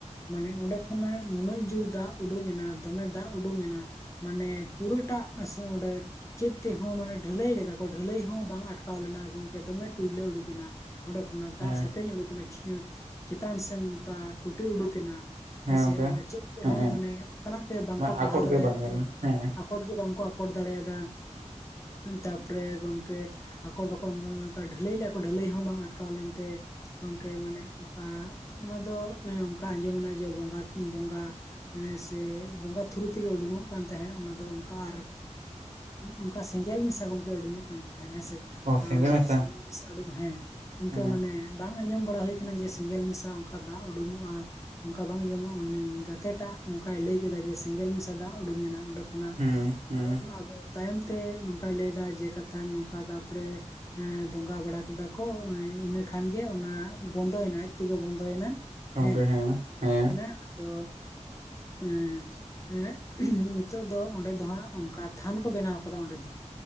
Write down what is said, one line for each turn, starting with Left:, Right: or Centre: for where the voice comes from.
Left: ᱢᱟᱱᱮ ᱚᱸᱰᱮ ᱠᱷᱚᱱᱟᱜ ᱱᱩᱱᱟᱹᱜ ᱡᱳᱨ ᱫᱟᱜ ᱩᱰᱩᱠᱱᱟ ᱫᱚᱢᱮ ᱫᱟᱜ ᱩᱰᱩᱝ ᱮᱱᱟ᱾ ᱢᱟᱱᱮ ᱯᱩᱨᱟᱹᱴᱟ ᱟᱥᱚ ᱚᱸᱰᱮ ᱪᱮᱫ ᱛᱮᱦᱚᱸ ᱢᱟᱱᱮ ᱰᱷᱟᱹᱞᱟᱹᱭ ᱞᱮᱫᱟ ᱠᱚ ᱰᱷᱟᱹᱞᱟᱹᱭ ᱦᱚᱸ ᱵᱟᱝ ᱟᱴᱠᱟᱣ ᱞᱮᱱᱟ ᱜᱚᱢᱠᱮ ᱫᱚᱢᱮ ᱴᱩᱭᱞᱟᱹ ᱩᱰᱩᱠᱮᱱᱟ᱾ ᱚᱸᱰᱮ ᱠᱷᱚᱱᱟᱜ ᱫᱟᱜ
Right: ᱦᱮᱸ
Left: ᱥᱮᱛᱮᱧ ᱩᱰᱩ ᱠᱮᱱᱟ ᱪᱮᱛᱟᱱ ᱥᱮᱫ ᱱᱚᱝᱠᱟ ᱴᱩᱴᱤ ᱩᱰᱩᱠ ᱮᱱᱟ᱾
Right: ᱦᱮᱸ
Left: ᱦᱮᱸᱥᱮ
Right: ᱜᱚᱝᱠᱮ
Left: ᱚᱱᱟ ᱪᱮᱫ ᱛᱮᱦᱚᱸ
Right: ᱦᱮᱸ ᱦᱮᱸ
Left: ᱢᱟᱱᱮ ᱚᱱᱠᱟᱱᱟᱜ ᱛᱮ ᱵᱟᱝᱠᱚ
Right: ᱟᱠᱚᱴ
Left: ᱴᱟᱨᱦᱟᱣ ᱫᱟᱲᱮᱭᱟᱜ
Right: ᱜᱮ ᱵᱟᱝ ᱜᱟᱱᱚᱜᱼᱟ
Left: ᱛᱮ
Right: ᱦᱮᱸ
Left: ᱟᱠᱚᱨ ᱜᱮ ᱵᱟᱝᱠᱚ ᱟᱠᱚᱴ ᱫᱟᱲᱮᱭᱟᱫᱟ᱾ ᱛᱯᱚᱨᱮ ᱜᱚᱢᱠᱮ ᱟᱠᱚ ᱵᱟᱠᱚ <unintelligible> ᱰᱷᱟᱹᱞᱟᱹᱭ ᱞᱮᱭᱟ ᱠᱚ ᱰᱷᱟᱹᱞᱟᱹᱭ ᱦᱚᱸ ᱵᱟᱝ ᱟᱴᱠᱟᱣ ᱞᱮᱱᱛᱮ ᱜᱚᱝᱠᱮ ᱢᱟᱱᱮ ᱚᱱᱠᱟ ᱚᱱᱟ ᱫᱚ ᱚᱱᱠᱟ ᱟᱸᱡᱚᱢᱱᱟ ᱡᱮ ᱵᱚᱸᱜᱟ ᱵᱚᱸᱜᱟ ᱦᱮᱸ ᱥᱮ ᱵᱚᱸᱜᱟ ᱛᱷᱩᱨᱩ ᱛᱮᱜᱮ ᱩᱰᱩᱠᱚᱜ ᱠᱟᱱ ᱛᱟᱦᱮᱸ ᱚᱱᱟ ᱫᱚ ᱚᱱᱠᱟ ᱟᱨ ᱚᱱᱠᱟ ᱥᱮᱸᱜᱮᱞ ᱢᱮᱥᱟᱜᱚᱝᱠᱮ ᱩᱰᱩᱠᱚᱜ ᱠᱟᱱ ᱛᱟᱦᱮᱸ ᱦᱮᱸ ᱥᱮ?
Right: ᱚ ᱥᱮᱸᱜᱮᱞ
Left: ᱟᱸ
Right: ᱢᱮᱥᱟ
Left: ᱥᱮᱸᱜᱮᱞ <inaudible> ᱦᱮᱸ ᱜᱚᱝᱠᱮ
Right: ᱦᱮᱸ
Left: ᱢᱟᱱᱮ ᱵᱟᱝ ᱟᱸᱡᱚᱢ ᱵᱟᱲᱟ ᱦᱩᱭᱩ ᱟᱠᱟᱱᱟ ᱡᱮ ᱥᱮᱸᱜᱮᱞ ᱢᱮᱥᱟ ᱚᱱᱠᱟ ᱫᱟᱜ ᱩᱰᱩᱝᱚᱜᱼᱟ᱾ ᱚᱱᱠᱟ ᱵᱟᱝ ᱟᱸᱡᱚᱢᱚᱜᱼᱟ ᱩᱱᱤ ᱜᱟᱛᱮᱴᱟᱜ ᱚᱱᱠᱟᱭ ᱞᱟᱹᱭ ᱠᱮᱫᱟ ᱡᱮ ᱥᱮᱸᱜᱮᱞ ᱢᱮᱥᱟ ᱫᱟᱜ ᱩᱰᱩᱠᱮᱱᱟ ᱚᱸᱰᱮ ᱠᱷᱚᱱ ᱠᱷᱚ
Right: ᱦᱮᱸ ᱦᱮᱸ
Left: ᱠᱟᱨᱚᱱ ᱟᱫᱚ ᱛᱟᱭᱚᱢ ᱛᱮ ᱱᱚᱝᱠᱟᱭ ᱞᱟᱹᱭ ᱮᱫᱟ ᱡᱮ ᱠᱟᱛᱷᱟ ᱱᱚᱝᱠᱟ ᱛᱟᱨᱯᱚᱨᱮ ᱮ ᱵᱚᱸᱜᱟ ᱵᱟᱲᱟ ᱠᱮᱫᱟ ᱠᱚ ᱮᱸ ᱤᱱᱟᱹ ᱠᱷᱟᱱᱜᱮ ᱚᱱᱟ ᱵᱚᱱᱫᱚᱭᱮᱱᱟ ᱟᱡ ᱛᱮᱜᱮ ᱵᱚᱱᱫᱚᱭᱮᱱᱟ᱾
Right: ᱜᱚᱝᱠᱮ
Left: ᱦᱮᱸ <inaudible>
Right: ᱦᱮᱸ
Left: ᱛᱚ <inaudible> ᱱᱤᱛᱚᱜ ᱫᱚ ᱚᱸᱰᱮ ᱫᱚ ᱦᱜ ᱚᱱᱠᱟ ᱛᱷᱟᱱ ᱠᱚ ᱵᱮᱱᱟᱣ ᱟᱠᱟᱫᱟ ᱚᱸᱰᱮ ᱫᱚ᱾